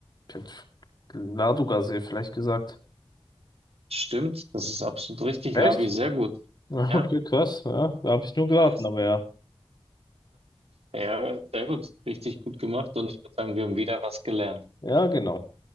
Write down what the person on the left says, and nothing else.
Ich hätte Ladoga-See vielleicht gesagt.
Echt?
<laughs>
Okay,
krass. Ja, da habe ich nur
geraten,
aber ja.
Ja, genau.